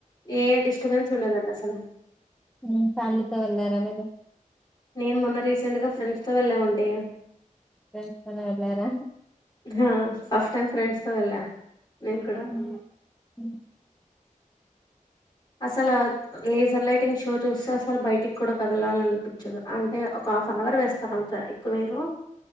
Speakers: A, on the left; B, in the centre.
A: ఏ డిస్టర్బెన్స్ ఉండదంట అసల
B: హుమ్ ఫామ్లీతో వెళ్ళారా మీరు
A: నేన్ మొన్న రీసెంట్ గా ఫ్రెండ్స్తో వెళ్ళామండి
B: ఫ్రెండ్స్ తోనే వెళ్ళారా
A: హ ఫస్టైం ఫ్రెండ్స్తో వెళ్లా నేన్ కుడ
B: ఉ ఉ
A: అసలా లేజర్ లైటింగ్ షో చూస్తే అసలు బయటిక్కూడా కదలాలలినిపిచదు అంటే ఒక హాఫ్ అన్ అవర్ వేస్తరు అంతె ఎక్కువేరు